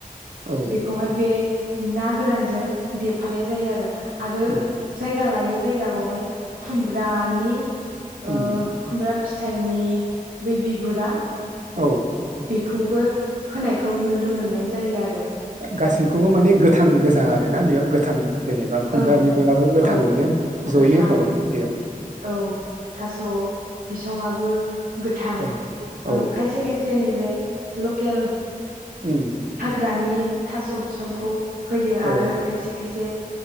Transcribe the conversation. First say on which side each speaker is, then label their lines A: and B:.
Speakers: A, on the right (about 55°); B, on the right (about 75°).
A: औ
B: बेखौहाय बे ना गोरानजों दाजानाय जायो आरो । आरो
A: उम
B: जायगा लायै जा यगा बावहाय खुमब्रानि ओ
A: उम
B: खुमब्रा फिथाइनि बै बिगुरा
A: औ
B: खौबो होनायखौ नुनो मोननाय जायो आरो ।
A: गासैखौबो माने गोथां गोजा आरो ना बेयाव गोथां जेनेबा खुमब्रा
B: ओं
A: बिगुराबो गोथाङैनो
B: औ
A: जयै
B: गोथां
A: होफाबाय बेयाव
B: औ थास' बिसंआबो गोथां
A: औ
B: ओ
A: औ
B: खायसे खायसे नै बे लकेल
A: ओम
B: रानि थास' बिसंखौ होयो
A: औ
B: आरो खायसे खायसे